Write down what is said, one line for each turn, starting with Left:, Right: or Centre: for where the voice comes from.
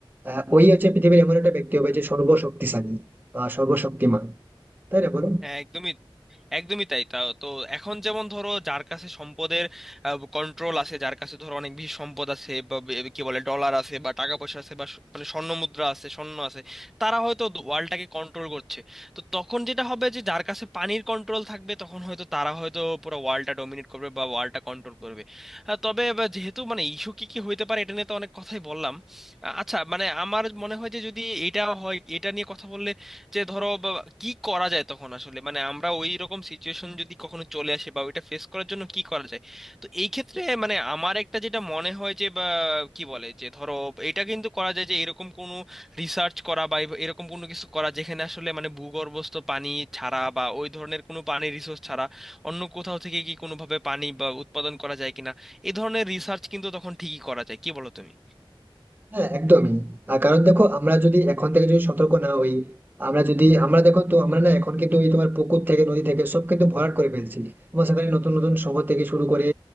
Right: আহ, ওই হচ্ছে পৃথিবীর এমন একটা ব্যক্তি হবে যে সর্বশক্তিশালী বা সর্বশক্তিমান তাই না বলো
Centre: হ্যাঁ একদমই একদমই তাই তা তো এখন যেমন ধরো যার কাছে সম্পদের কন্ট্রোল আছে যার কাছে ধরো অনেক বেশি সম্পদ আছে বা বে- কি বলে ডলার আছে বা টাকা পয়সা আছে বা স- মানে স্বর্ণ মুদ্রা আছে স্বর্ণ আছে তারা হয়তো ওয়ার্ল্ডটাকে কন্ট্রোল করছে তো তখন যেটা হবে যে যার কাছে পানির কন্ট্রোল থাকবে তখন হয়তো তারা হয়তো পুরো ওয়ার্ল্ডটা ডমিনেট করবে বা ওয়ার্ল্ডটা কন্ট্রোল করবে আহ, তবে বা যেহেতু মানে ইস্যু কি কি হইতে পারে এটা নিয়ে তো অনেক কথাই বললাম আহ, আচ্ছা মানে আমার মনে হয় যে যদি এটা হয় এটা নিয়ে কথা বললে যে ধরো বা- কি করা যায় তখন আসলে মানে আমরা ওই রকম সিচুয়েশন যদি কখনো চলে আসে বা ওইটা ফেস করার জন্য কি করা যায় তো এই ক্ষেত্রে মানে আমার একটা যেটা মনে হয় যে বা কি বলে যে ধরো এটা কিন্তু করা যায় যে এরকম কোনো রিসার্চ করা বা এব- এরকম কোনো কিছু করা যেখানে আসলে মানে ভূগর্ভস্থ পানি ছাড়া বা ওই ধরনের কোনো পানির রিসোর্স ছাড়া অন্য কোথাও থেকে কি কোনোভাবে পানি বা উৎপাদন করা যায় কিনা এই ধরনের রিসার্চ কিন্তু তখন ঠিকই করা যায় কি বলো তুমি
Right: হ্যাঁ একদমই তার কারণ দেখো আমরা যদি এখন থেকে যদি সতর্ক না হই আমরা যদি আমরা দেখো তো আমরা না এখন কিন্তু ওই তোমার পুকুর থেকে নদী থেকে সব কিন্তু ভরাট করে ফেলছি এবং সেখানে নতুন নতুন শহর থেকে শুরু করে